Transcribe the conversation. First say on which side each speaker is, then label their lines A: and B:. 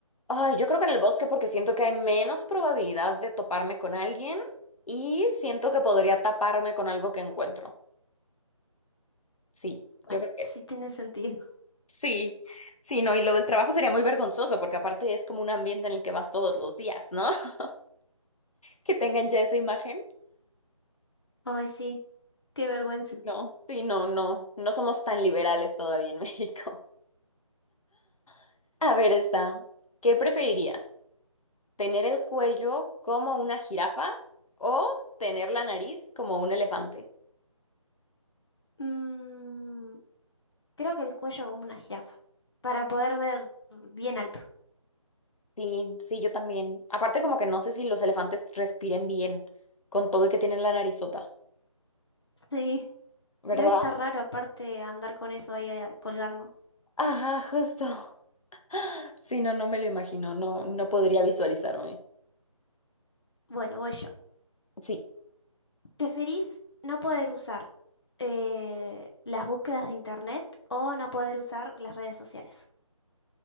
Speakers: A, on the left; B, on the left.
A: Ay, yo creo que en el bosque porque siento que hay menos probabilidad de toparme con alguien y siento que podría taparme con algo que encuentro. Sí,
B: Bueno,
A: yo creo que
B: sí
A: es.
B: tiene sentido.
A: Sí, sí, no, y lo del trabajo sería muy vergonzoso porque aparte es como un ambiente en el que vas todos los días, ¿no? <laughs> Que tengan ya esa imagen.
B: Ay, sí. Qué vergüenza.
A: No, sí, no, no, no somos tan liberales todavía en México. <laughs> A ver, está. ¿Qué preferirías? ¿Tener el cuello como una jirafa o tener la nariz como un elefante?
B: Mm, creo que el cuello como una jirafa, para poder ver bien alto.
A: Sí, sí, yo también. Aparte, como que no sé si los elefantes respiren bien con todo y que tienen la narizota,
B: Sí.
A: ¿verdad?
B: Debe estar raro aparte andar con eso ahí eh, colgando.
A: Ajá, justo. <laughs> Sí, no, no me lo imagino. No, no podría visualizarme.
B: Bueno, voy yo.
A: Sí.
B: ¿Preferís no poder usar eh, las búsquedas de internet o no poder usar las redes sociales?